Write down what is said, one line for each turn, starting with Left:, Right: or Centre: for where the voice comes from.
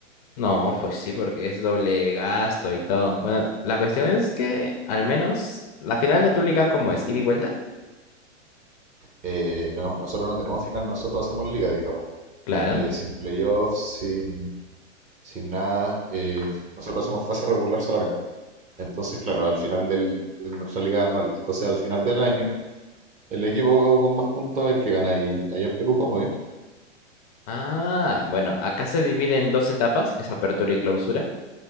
Left: No, pues sí, porque es doble gasto y todo. Bueno, la cuestión es que al menos la final de tu liga, ¿cómo es? ¿Ida y vuelta?
Right: Eh, no, nosotros no tenemos final, nosotros hacemos liga, digamos.
Left: Claro.
Right: Eh, sin playoffs, sin, sin nada. eh, nosotros hacemos fase regular solamente. Entonces, claro, al final del, de nuestra liga anual, entonces al final del año, el equipo con más puntos es el que gana. Y allá en Perú, ¿cómo es?
Left: Ah, bueno, acá se divide en dos etapas, que es apertura y clausura.